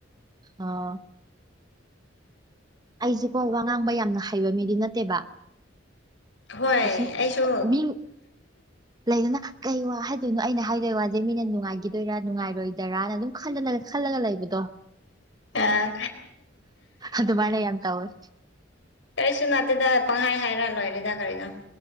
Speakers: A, on the right (about 20°); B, on the left (about 70°).
A: ꯑꯣ ꯑꯩꯖꯦꯀꯣ ꯋꯥ ꯉꯥꯡꯕ ꯌꯥꯝꯅ ꯍꯩꯕ ꯃꯤꯗꯤ ꯅꯠꯇꯦꯕ
B: ꯍꯣꯏ
A: ꯑ, ꯁꯨꯝ
B: ꯑꯩꯁꯨ
A: ꯃꯤ ꯂꯩꯗꯅ ꯀꯩ ꯋꯥ ꯍꯥꯏꯗꯣꯏꯅꯣ ꯑꯩꯅ ꯍꯥꯏꯗꯣꯏ ꯋꯥ ꯃꯤꯅ ꯅꯨꯡꯉꯥꯏꯈꯤꯗꯣꯏꯔꯥ ꯅꯨꯡꯉꯥꯏꯔꯣꯏꯗꯣꯏꯔꯅ ꯑꯗꯨꯝ ꯈꯜꯂꯒ ꯂꯩꯕꯗꯣ
B: ꯑꯥ
A: ꯑꯗꯨꯃꯥꯏꯅ ꯌꯥꯝ ꯇꯧꯋꯦ
B: ꯀꯔꯤꯁꯨ ꯅꯠꯇꯦꯗ ꯄꯪꯍꯥꯏ ꯍꯥꯏꯔ ꯂꯣꯏꯔꯦꯗ ꯀꯔꯤꯅꯣ